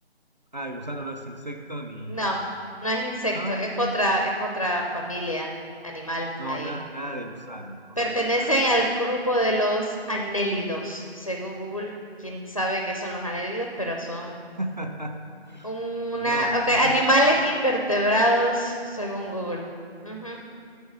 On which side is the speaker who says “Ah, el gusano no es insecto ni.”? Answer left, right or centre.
Right